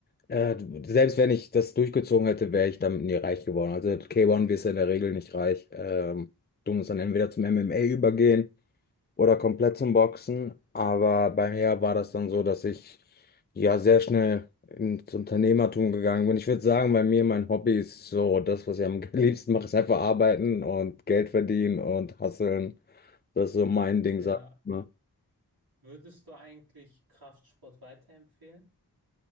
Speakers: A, on the left (about 25°); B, on the right (about 70°).
A: äh, selbst wenn ich das durchgezogen hätte, wäre ich damit nie reich geworden. Also K1 wirst du in der Regel nicht reich. Ähm, du musst dann entweder zum MMA übergehen oder komplett zum Boxen. Aber bei mir war das dann so, dass ich ja sehr schnell ins Unternehmertum gegangen bin. Ich würde sagen, bei mir mein Hobby ist so, das, was ich am <laughs> liebsten mache, ist einfach arbeiten und Geld verdienen und hustlen. Das ist so mein Ding,
B: Ja.
A: sag ich mal.
B: Würdest du eigentlich Kraftsport weiterempfehlen?